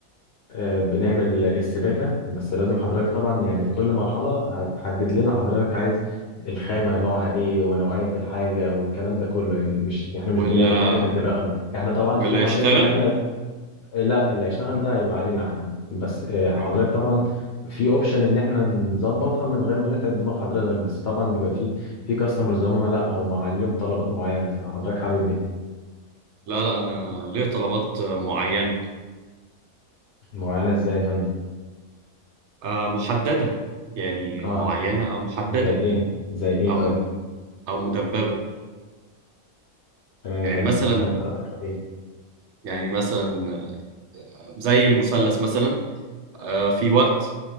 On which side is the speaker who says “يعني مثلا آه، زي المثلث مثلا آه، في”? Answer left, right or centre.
Right